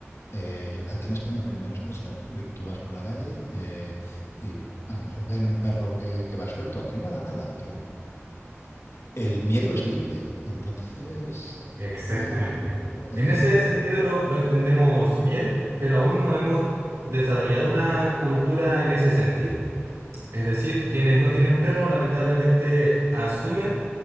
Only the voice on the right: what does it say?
exactamente.
En
ese sentido lo, lo entendemos bien, pero aún no hemos desarrollado una cultura en ese sentido. Es decir, quienes no tienen perro lamentablemente asumen